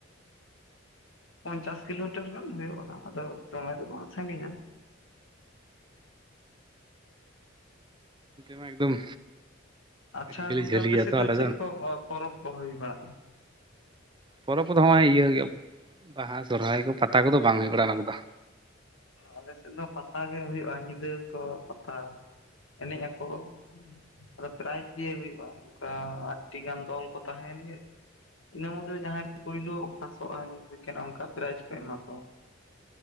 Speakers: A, on the left; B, on the right.
A: ᱯᱚᱧᱪᱟᱥ ᱠᱤᱞᱳᱢᱤᱴᱟᱨ ᱜᱟᱱ ᱦᱩᱭᱩᱜᱼᱟ ᱟᱫᱚ ᱫᱚᱢᱮ ᱫᱚ ᱵᱟᱝ ᱥᱟᱺᱜᱤᱧᱟ᱾ <inaudible>
B: ᱢᱟ ᱮᱠᱫᱚᱢ
A: ᱟᱪᱪᱷᱟ
B: ᱟᱹᱰᱤ ᱜᱮᱞᱮ
A: ᱜᱚᱝᱠᱮ
B: ᱡᱷᱟᱹᱞ
A: ᱟᱯᱮ
B: ᱜᱮᱭᱟ
A: ᱥᱮᱫ
B: ᱛᱚ
A: ᱫᱚ
B: ᱟᱞᱮ
A: ᱪᱮᱫ ᱠᱚ ᱯᱚᱨᱚᱵᱽ ᱠᱚ ᱦᱩᱭ ᱵᱟᱲᱟᱜ ᱜᱮᱭᱟ?
B: ᱯᱚᱨᱚᱵᱽ ᱠᱚᱫᱚ ᱦᱚᱸᱜᱼᱚᱭ ᱤᱭᱟᱹ ᱜᱮᱭᱟ ᱵᱟᱦᱟ ᱥᱚᱦᱨᱟᱭ ᱠᱚ ᱯᱟᱛᱟ ᱠᱚᱫᱚ ᱵᱟᱝ ᱦᱩᱭᱩᱜ ᱵᱟᱲᱟᱜᱼᱟ ᱚᱱᱟ ᱠᱚᱫᱚ
A: ᱟᱞᱮ ᱥᱮᱫ ᱫᱚ ᱯᱟᱛᱟ ᱜᱮ ᱦᱩᱭᱩᱜᱼᱟ ᱧᱤᱫᱟᱹ ᱠᱚ ᱯᱟᱛᱟ ᱮᱱᱮᱡ ᱟᱠᱚ ᱟᱫᱚ ᱯᱨᱟᱭᱤᱡᱽ ᱫᱤᱭᱮ ᱦᱩᱭᱩᱜᱼᱟ ᱚᱱᱠᱟ ᱟᱴᱴᱤ ᱜᱟᱱ ᱫᱚᱞ ᱠᱚ ᱛᱟᱦᱮᱭᱮᱱ ᱜᱮ ᱤᱱᱟᱹ ᱢᱩᱫᱽ ᱨᱮ ᱡᱟᱦᱟᱸᱭ ᱯᱳᱭᱞᱳ ᱯᱷᱟᱥᱚᱜ ᱟᱭ ᱥᱮᱠᱮᱱᱚᱜ ᱟᱭ ᱚᱱᱠᱟ ᱯᱨᱟᱭᱤᱡᱽ ᱠᱚ ᱮᱢᱟ ᱠᱚᱣᱟ᱾ <inaudible>